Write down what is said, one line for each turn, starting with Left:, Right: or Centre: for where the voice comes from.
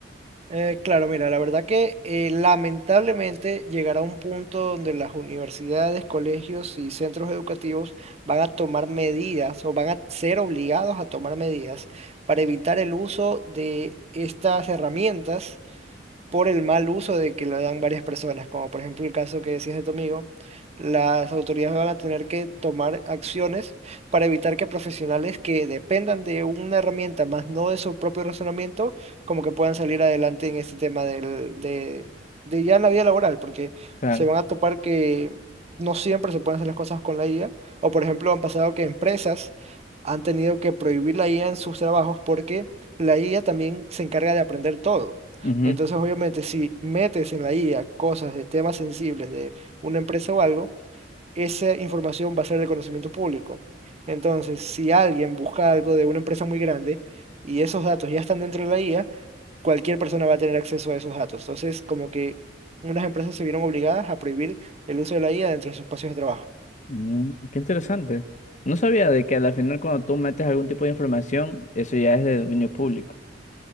Right: Eh, claro, mira, la verdad que eh, lamentablemente llegará un punto donde las universidades, colegios y centros educativos van a tomar medidas o van a ser obligados a tomar medidas para evitar el uso de estas herramientas por el mal uso de que lo dan varias personas, como por ejemplo el caso que decías de tu amigo, las autoridades van a tener que tomar acciones para evitar que profesionales que dependan de una herramienta, más no de su propio razonamiento, como que puedan salir adelante en este tema del, de, de ya en la vida laboral, porque
Left: Claro.
Right: se van a topar que no siempre se pueden hacer las cosas con la IA, o por ejemplo han pasado que empresas han tenido que prohibir la IA en sus trabajos porque la IA también se encarga de aprender todo.
Left: Ujú.
Right: Entonces, obviamente, si metes en la IA cosas de temas sensibles de una empresa o algo, esa información va a ser de conocimiento público. Entonces, si alguien busca algo de una empresa muy grande y esos datos ya están dentro de la IA, cualquier persona va a tener acceso a esos datos. Entonces, como que unas empresas se vieron obligadas a prohibir el uso de la IA dentro de sus espacios de trabajo.
Left: Mm, qué interesante. No sabía de que a la final cuando tú metes algún tipo de información, eso ya es de dominio público.